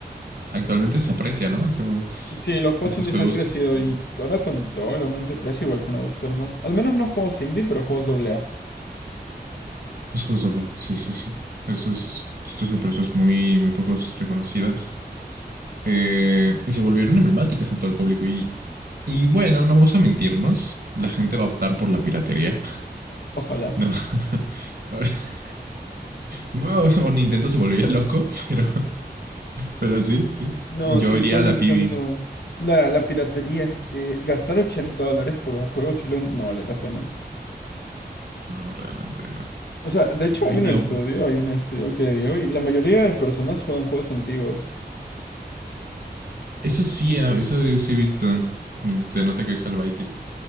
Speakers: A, on the right; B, on the left.
A: actualmente se aprecia, ¿no? Es como
B: Sí, los juegos
A: estos
B: indies
A: juegos,
B: han crecido
A: este,
B: y ahora con todo el aumento de precio igual se van a buscar más. Al menos no juegos indie, pero juegos doble A.
A: los juegos doble, sí, sí, sí. Eso es, estas empresas muy, muy pocos reconocidas. Eh, y se volvieron emblemáticas en todo el público. Y, y bueno, no vamos a mentirnos, la gente va a optar por la piratería.
B: Ojalá.
A: <laughs> no. <laughs> Bueno, o Nintendo se volvería loco, <laughs> pero, pero sí, sí.
B: No,
A: Yo
B: sí,
A: iría
B: con
A: a la
B: Nintendo.
A: pibi.
B: La, la piratería es que gastar 80 dólares por un juego simplemente no vale la pena.
A: No, realmente no.
B: O sea, de
A: Yo-
B: hecho hay un estudio, hay un estudio que dio y la mayoría de personas juegan juegos antiguos.
A: eso sí, ah, eso sí he visto. Se nota que es al Baiti.